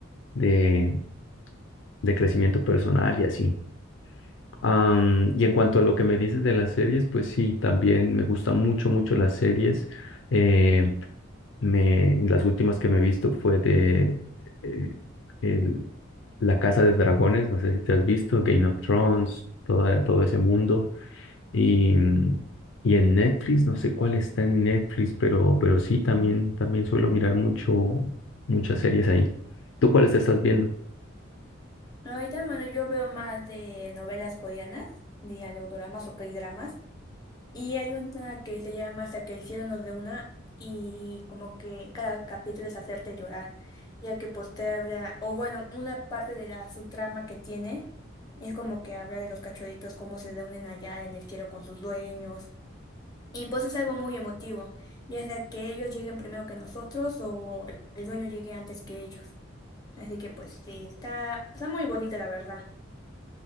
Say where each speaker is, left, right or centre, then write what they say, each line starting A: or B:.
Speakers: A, on the left; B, on the left.
A: de, de crecimiento personal y así. Am, y en cuanto a lo que me dices de las series, pues sí, también me gustan mucho, mucho las series. Eh, me, las últimas que me he visto fue de eh, el- La Casa de Dragones, no sé si te has visto, Game of Thrones, toda todo ese mundo. Y, mm, y en Netflix, no sé cuál está en Netflix, pero, pero sí, también, también suelo mirar mucho, muchas series ahí. ¿Tú cuáles te estás viendo?
B: Ahorita, bueno, yo veo más de novelas coreanas, dirían los dramas o K-dramas. Y hay una que se llama Hasta que el cielo nos dé una y como que cada capítulo es hacerte llorar, ya que pues te habla, o bueno, una parte de la subtrama que tiene es como que habla de los cachorritos, cómo se reúnen allá en el cielo con sus dueños Y pues es algo muy emotivo, ya sea que ellos lleguen primero que nosotros o el dueño llegue antes que ellos. Así que pues sí, está, está muy bonita la verdad.